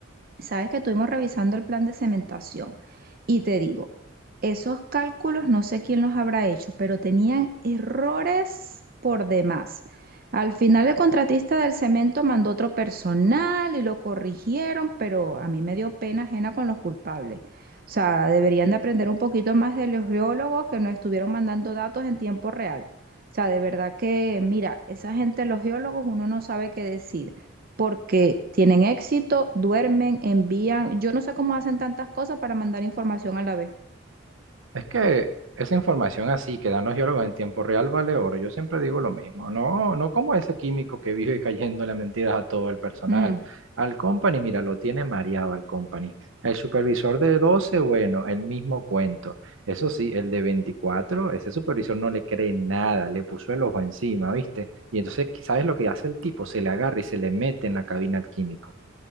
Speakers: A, on the right (about 45°); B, on the right (about 75°).
A: Sabes que estuvimos revisando el plan de cementación y te digo, esos cálculos no sé quién los habrá hecho, pero tenían errores por demás. Al final el contratista del cemento mandó otro personal y lo corrigieron, pero a mí me dio pena ajena con los culpables. O sea, deberían de aprender un poquito más de los geólogos que nos estuvieron mandando datos en tiempo real. O sea, de verdad que, mira, esa gente, los geólogos, uno no sabe qué decir porque tienen éxito, duermen, envían. Yo no sé cómo hacen tantas cosas para mandar información a la vez.
B: Es que esa información así que dan los geólogos en tiempo real vale oro. Yo siempre digo lo mismo. No, no como ese químico que vive <laughs> cayéndole mentiras a todo el personal.
A: Mm,
B: Al company, mira, lo tiene mareado al company. El supervisor de doce bueno, el mismo cuento. Eso sí, el de veinticuatro ese supervisor no le cree nada, le puso el ojo encima, ¿viste? Y entonces, ¿sabes lo que hace el tipo? Se le agarra y se le mete en la cabina al químico.